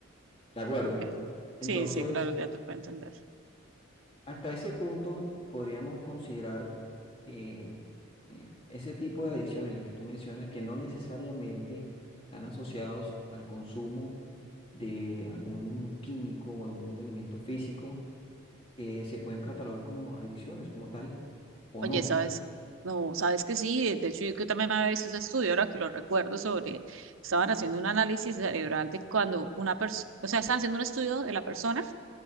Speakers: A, on the left (about 25°); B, on the right (about 75°).
A: ¿De acuerdo?
B: Ok.
A: Entonces,
B: Sí, sí, claro, ya te puedo entender.
A: hasta ese punto podríamos considerar que eh, ese tipo de adicciones, las que tú mencionas, que no necesariamente están asociados al consumo de algún químico o algún elemento físico, eh, se pueden catalogar como adicciones como tal o
B: Oye,
A: no.
B: ¿sabes? No, ¿sabes que sí? De hecho, yo que también había visto ese estudio, ahora que lo recuerdo, sobre, estaban haciendo un análisis cerebral de cuando una persona, o sea, estaban haciendo un estudio de la persona